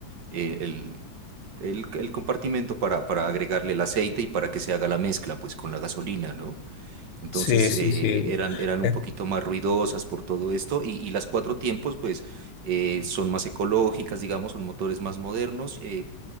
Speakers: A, on the right (about 65°); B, on the left (about 85°).
A: eh, el, el, el compartimento para, para agregarle el aceite y para que se haga la mezcla, pues, con la gasolina, ¿no? Entonces,
B: Sí, sí,
A: eh,
B: sí.
A: eran, eran un
B: Eh,
A: poquito más ruidosas por todo esto y, y las cuatro tiempos, pues, eh, son más ecológicas, digamos, son motores más modernos. eh,